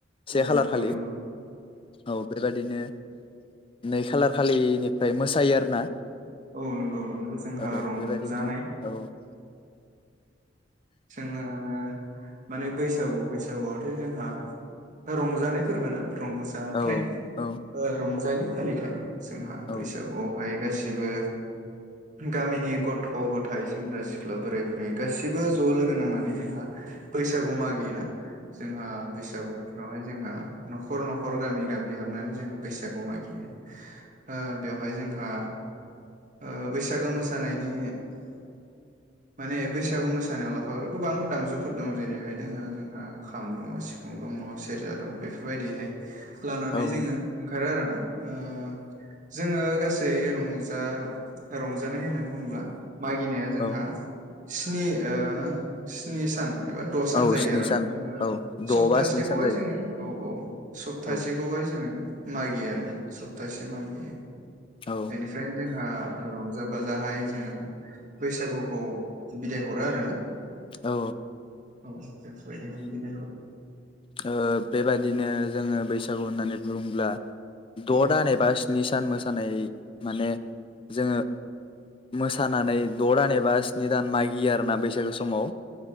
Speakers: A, on the left (about 30°); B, on the right (about 45°).
A: से
B: औ
A: खालार
B: नंगौ
A: खालि
B: नंगौ
A: औ बेबायदिनो नै खालार खालिनिफ्राय मोसायो आरो ना
B: औ नंगौ नंगौ जोंहा
A: औ
B: रंजानाय
A: बेबायदिनो औ
B: जोंङो माने बैसागु-बैसागुआथ' जोंहा ओ रंजानाय फोरबो ना? रंजाथाइ
A: औ औ
B: ओ रंजालि फालिथाइ जोंहा
A: औ
B: बैसागुआवहाय गासिबो गामिनि गथ' ग'थाइ सेंग्रा सिख्ला बोराय बुरै गासिबो ज' लोगो नांनानै जोंहा बैसागु मागियोना जोंहा बैसागु बोथोरावहाय जों ओ न'खर न'खर गामि गामि हाबनानै जोङो बैसागु मागियो ओ बेवहाय जोंहा आ ओ बैसागु मोसानायनि <unintelligible> माने बैसागु मोसा सानायाव लाफाग्रा गोबां दामजुफोर दं जेरैहाय दोङो जोंहा खाम दङ' सिफुं दङ' सेरजा दङ' बेफोरबायदिहाय लानानै
A: औ
B: जोङो ओंखारो आरोना ओ जोङो गासै रंजा रंजानाय होननानै बुङोब्ला मागिनाया जोंहा
A: औ
B: स्नि ओ स्नि सान एबा द' सान
A: औ
B: जायो
A: स्नि
B: आरोना
A: सान
B: ओ
A: औ द'
B: सप्तासेखौहाय
A: बा स्नि सान जायो
B: जोङो औ औ सप्तासे
A: औ
B: खौहाय जोंङो मागियो आरोना सप्तासे मागियो।
A: औ
B: बेनिफ्रायनो जोंहा रंजा बाजाहाय जोंङो बैसागुखौ बिदाय हरो आरोना
A: औ
B: औ बेफोरबायदिनो बिदाय हरो
A: ओ बेबादिनो जोंङो बैसागु होननानै बुंङोब्ला द'
B: औ
A: दान एबा स्नि सान मोसानाय माने जोंङो मोसानानै द' दान एबा स्नि दान मागियो आरोना बैसागो समाव।